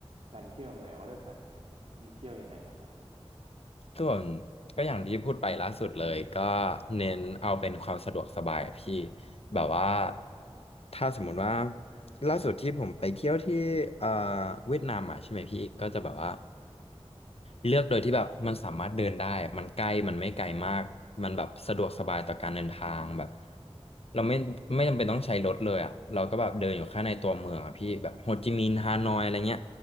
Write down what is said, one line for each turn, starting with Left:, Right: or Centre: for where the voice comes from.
Right: แพลนเที่ยวยังไงว่าเลือกสถานที่เที่ยวยังไงล่ะคร
Left: ส่วนก็อย่างที่พูดไปล่าสุดเลยก็เน้นเอาเป็นความสะดวกสบายอะพี่แบบว่าถ้าสมมุติว่าล่าสุดที่ผมไปเที่ยวที่เอ่อเวียดนามอะใช่ไหมพี่ก็จะแบบว่า เลือกโดยที่แบบมันสามารถเดินได้ มันใกล้มันไม่ไกลมากมันแบบสะดวกสบายต่อการเดินทางแบบเราไม่ไม่จำเป็นต้องใช้รถเลยอ่ะเราก็แบบเดินอยู่แค่ในตัวเมืองอ่ะพี่แบบโฮจิมินห์ฮานอยอะไรเงี้ย